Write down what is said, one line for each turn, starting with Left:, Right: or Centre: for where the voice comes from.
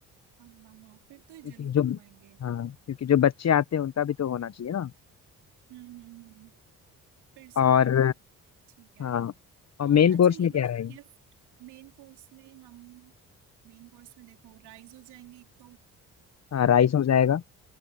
Right: हाँ हाँ हाँ फिर तो
Left: क्योंकि
Right: जरूर
Left: जो
Right: रखवाएंगे हम्म
Left: हाँ क्योंकि जो बच्चे आते हैं उनका भी तो होना चाहिए ना
Right: हम्म हम्म, हम्म, फिर सही
Left: और
Right: है ठीक है
Left: हाँ और
Right: और
Left: मेन कोर्स
Right: अच्छा ये
Left: में
Right: बताओ
Left: क्या रहेगा
Right: गिफ्ट मेन कोर्स में हम मेन कोर्स में देखो राइस हो जाएंगे एक तो
Left: हाँ राइस हो जाएगा